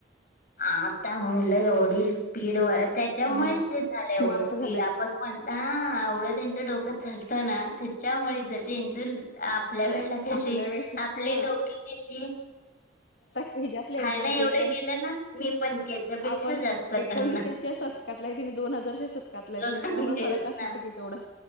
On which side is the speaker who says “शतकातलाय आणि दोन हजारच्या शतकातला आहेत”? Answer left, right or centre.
Left